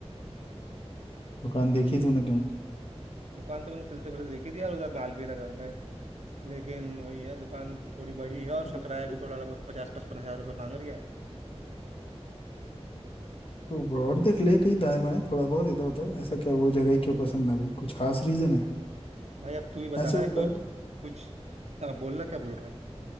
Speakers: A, on the left; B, on the right.
A: दुकान देखी तूने
B: दुकान तो मैंने चलते फिरते देखी थी यार उधर मालवीय नगर में लेकिन वही है दुकान थोड़ी बड़ी है और उसका
A: कहीं
B: किराया भी थोड़ा लगभग पचास पचपन हजार रुपये मांग रही है वो
A: तो और देख ले कहीं दाएं बाएं थोड़ा बहुत इधर उधर ऐसा क्या वो जगह ही क्यों पसंद ना गई कुछ खास रीजन है
B: भाई अब तू ही बता
A: ऐसे
B: रहा
A: होता
B: है कुछ
A: है
B: कुछ हाँ, बोलना क्या बोल रहा